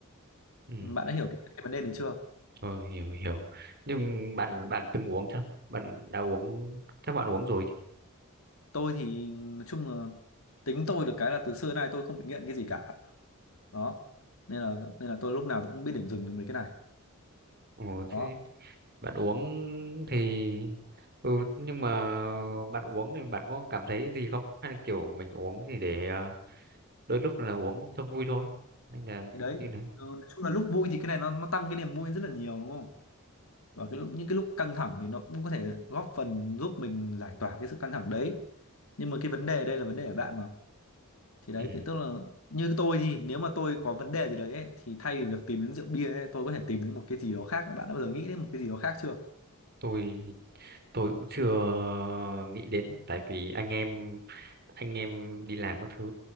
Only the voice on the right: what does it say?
ừ
tôi hiểu hiểu nhưng bạn bạn từng uống chưa bạn đã uống chắc bạn uống rồi chứ
Ồ, thế
bạn uống thì ừ, nhưng mà bạn uống thì bạn có cảm thấy gì không hay là kiểu mình uống thì để ờ, đôi lúc là uống cho vui thôi hay là
như này
ừ
tôi tôi cũng chưa nghĩ đến tại vì anh em anh em đi làm các thứ